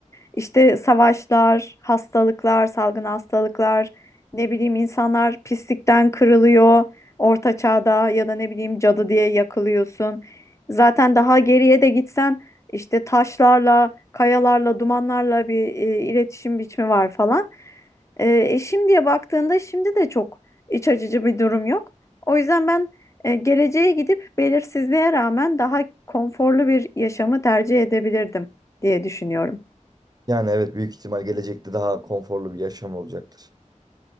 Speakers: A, on the left; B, on the right.
A: İşte savaşlar, hastalıklar, salgın hastalıklar, ne bileyim insanlar pislikten kırılıyor orta çağda ya da ne bileyim cadı diye yakılıyorsun. Zaten daha geriye de gitsen işte taşlarla, kayalarla, dumanlarla bir e, iletişim biçimi var falan. E, e, şimdiye baktığında şimdi de çok iç açıcı bir durum yok. O yüzden ben e, geleceğe gidip belirsizliğe rağmen daha konforlu bir yaşamı tercih edebilirdim diye düşünüyorum.
B: Yani evet büyük ihtimal gelecekte daha konforlu bir yaşam olacaktır.